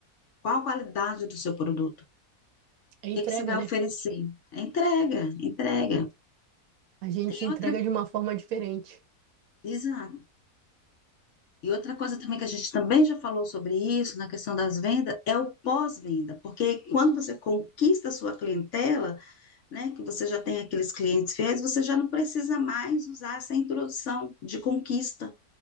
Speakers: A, on the left; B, on the right.
A: Qual a qualidade do seu produto? O
B: É entrega,
A: que é que você vai
B: né?
A: oferecer? É entrega, entrega.
B: A gente
A: E
B: entrega
A: outra,
B: de uma forma diferente.
A: exato. E outra coisa também que a gente também já falou sobre isso, na questão das vendas, é o pós-venda, porque quando você conquista a sua clientela, né, que você já tem aqueles clientes fiéis, você já não precisa mais usar essa introdução de conquista,